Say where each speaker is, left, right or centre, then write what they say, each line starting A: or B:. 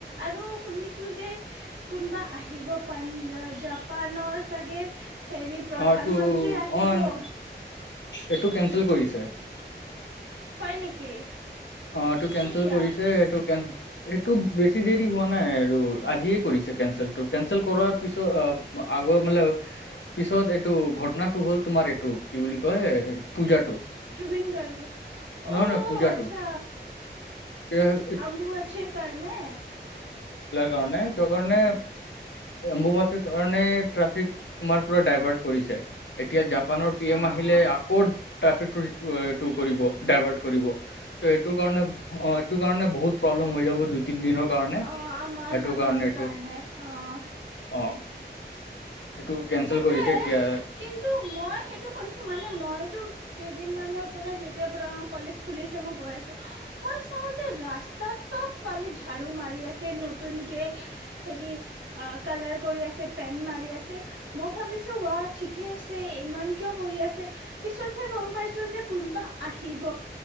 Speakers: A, on the right; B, on the left.
A: আৰু শুনিছো যে কোনবা আহিব পান জাপানৰ চাগে হেৰি প্ৰধান
B: অ' এটো
A: মন্ত্ৰী আহিব
B: অ' এইটো কেনচেল কৰিছ <unintelligible>
A: হয় নেকি।
B: অ' এইটো কেনচেল
A: কেতিয়া
B: কৰিছে এইটো কেন এইটো বেছি দেৰি হোৱা নাই আৰু আজিয়ে কৰিছে কেনচেলটো কেনচেল কৰাৰ পিছত এ আগৌ <unintelligible> পিছত এইটো ঘটনাটো হ'ল তোমাৰ এইটো কি বুলি কয় পূজাটো।
A: জুবিন গাৰ্গৰ,
B: নহয়
A: অ'
B: নহয়
A: আচ্ছা
B: <unintelligible> মেলাৰ
A: আম্বুবাচীৰ কাৰণে
B: কাৰণে <unintelligible> অম্বু বাচি সেইকাৰণে ট্ৰাফিক তোমাৰ পুৰা ডাইভাৰ্ট কৰিছে, এতিয়া জা জাপানৰ পি এম
A: অ
B: আহিলে
A: অ
B: আকৌ ট্ৰেফিক তোৰ সিটো এ টো কৰিব ডাইভাৰ্ট কৰিব। ত' এইটোৰ কাৰণে অ' এইটো কাৰণে বহুত প্ৰব্লেম হৈ যাব দুই তিন দিনৰ কাৰণে
A: অ' আমাৰ
B: সেইটো
A: মানুহৰ
B: এইটো
A: কাৰণে অ'।
B: অ এইটো কেনচেল
A: সেইটোয়েই,
B: কৰিছে এতিয়া
A: কিন্তু মই সেইটো শুনিছো মানে মইতো কেই দিন মানৰ পৰা যেতিয়াৰ পৰা কলেজ খুলিছে মই গৈ আছো, মই চাওঁ যে ৰাস্তাত চব ফালে ঝাড়ু মাৰি আছে নতুন কে হেৰি কালাৰ কৰি আছে পেন্ট মাৰি আছ মই ভাবিছো ৱাহ ঠিকে আছে ইমান কিয় কৰি আছে পিছতহে গম পাইছো যে কোনোবা আহিব